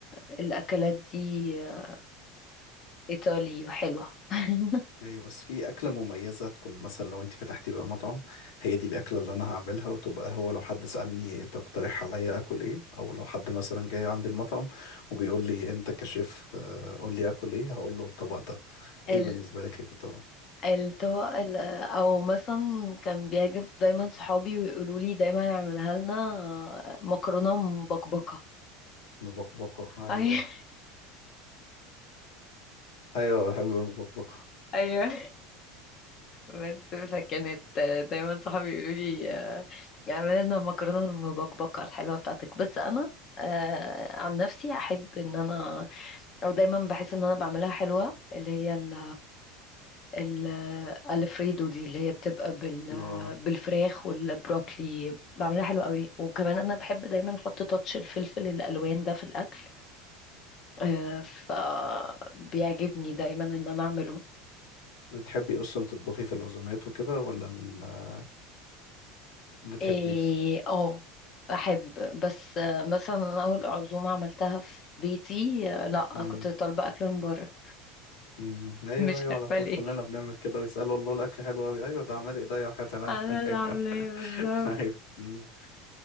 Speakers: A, on the left; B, on the left.
A: الأكلات دي آه، إيطالي وحلوة <laughs>
B: ايوه بس في اكله مميزه تكون مثلا لو انت فتحتي بقى مطعم هي دي الاكله اللي انا هعملها وتبقى هو لو حد سالني تقترح عليا اكل ايه او لو حد مثلا جاي عند المطعم وبيقول لي انت كشيف آه، قول لي اكل ايه هقول له الطبق ده ايه
A: ال-
B: بالنسبه لك الطبق
A: الطبق ال- أو مثلا كان بيعجب دايما صحابي ويقولوا لي دايما اعملها لنا آه، مكرونة مبكبكة
B: مبقبقه ايوه
A: <laughs> أيوة
B: ايوه بحب المبقبقه
A: أيوة بس فكانت آه، دايما صحابي يقولوا لي آه، اعملي لنا مكرونه المبكبكه الحلوه بتاعتك بس انا آه، عن نفسي احب ان انا او دايما بحس ان انا بعملها حلوه اللي هي ال ال- الفريدو دي اللي هي بتبقى بال
B: اه
A: بالفراخ والبروكلي بعملها حلوه قوي وكمان انا بحب دايما احط تاتش الفلفل الالوان ده في الاكل آه، فبيعجبني دايما ان انا اعمله
B: بتحبي اصلا تطبخي في العزومات وكده ولا من آه، ما بتحبيش
A: إيه اه احب بس آه، مثلا أنا اول عزومه عملتها في بيتي آه، لا
B: امم
A: كنت طالبه اكل من بره
B: أمم. ايوه
A: مش
B: ايوه
A: عارفه
B: على طول
A: ليه
B: كلنا بنعمل كده ويسالوا الله الاكل حلو قوي ايوه ده عمال ايديا وحياتي عينيا
A: انا اللي عاملاه
B: <laughs>
A: بالظبط
B: <laughs> ايوه مم.